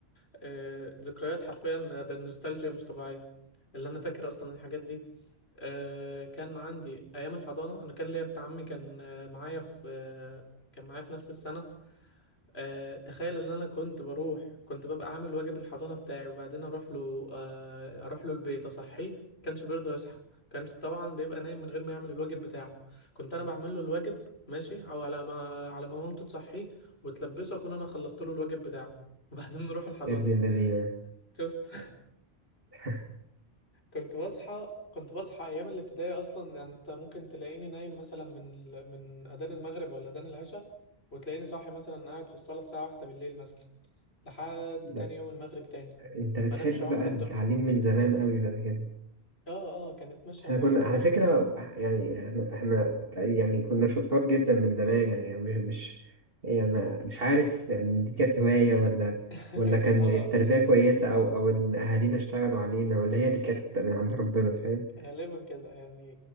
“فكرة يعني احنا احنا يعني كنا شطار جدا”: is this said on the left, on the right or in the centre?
Right